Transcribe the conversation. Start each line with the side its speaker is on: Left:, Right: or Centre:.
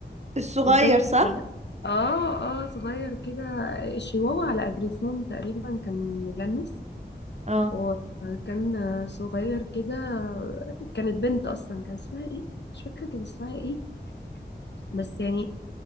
Right: الصغير
Left: زي
Right: صح
Left: ال- اه اه صغير كده الشيواوا على اجريفون تقريبا كان مجنس
Right: اه
Left: وكان صغير كده كانت بنت اصلا كان اسمها ايه مش فاكره كان اسمها ايه بس يعني